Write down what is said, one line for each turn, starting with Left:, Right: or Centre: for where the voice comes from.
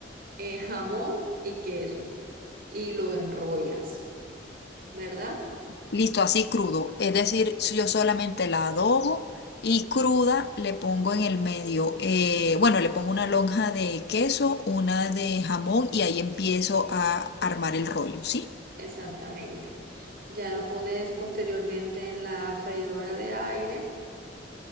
Right: eh, jamón y queso y lo enrollas, ¿verdad?
Left: Listo, así crudo. Es decir, si yo solamente la adobo y cruda le pongo en el medio, eh, bueno, le pongo una lonja de queso, una de jamón y ahí empiezo a armar el rollo, ¿sí?
Right: Exactamente. Ya lo pones posteriormente en la freidora de aire